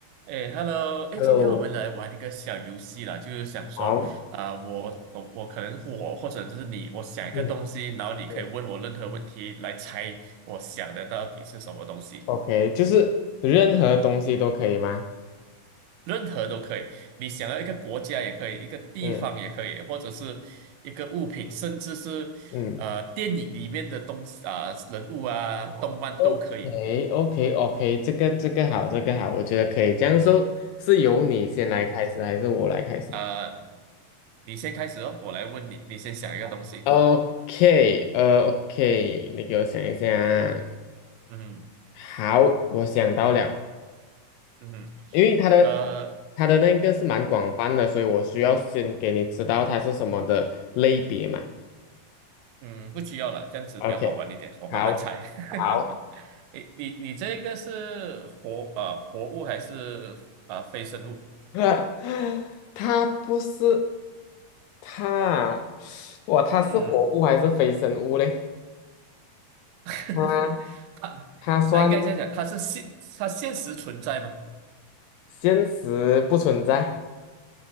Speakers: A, on the right; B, on the left.
A: 哎，Hello，哎，
B: Hello，
A: 今天我们来玩一个小游戏啦，就是想说啊、
B: 好，
A: 我我我可能我或者就是你，我想一个东西，
B: 嗯
A: 然后你可以问我任何问题来猜我想的到底是什么东西，
B: 嗯，OK，就是任何东西都可以吗？
A: 任何都可以。你想要一个国家也可以，一个地方也可以，
B: 嗯
A: 或者是一个物品，甚至是呃电影里面的东西啊、
B: 嗯，
A: 人物啊、动漫都可以。
B: o k o k o k 这个这个好，这个好，我觉得可以。这样说是由你先来开始，
A: 你
B: 还是我来开始
A: 啊、呃你先开始哦，我来问你，你先想一个东西。
B: ？OK，呃，OK，你给我想一下啊
A: 嗯
B: 好，我想到了，
A: 嗯，
B: 因为它的
A: 呃。
B: 它的那个是蛮广泛的，所以我需要先给你知道它是什么的类别嘛。
A: 嗯，不需要了，这样子比较好玩一点，
B: OK，
A: 我慢慢猜。
B: 好，好，
A: <laughs> 你你你这个是活呃活物还是啊、呃非生物？
B: <laughs> 它不是它啊，哇，它是活物还是非生物嘞？
A: 嗯，<laughs>
B: 它
A: 它啊应该这样讲，
B: 它算
A: 它是现它现实存在吗？
B: 现实不存在，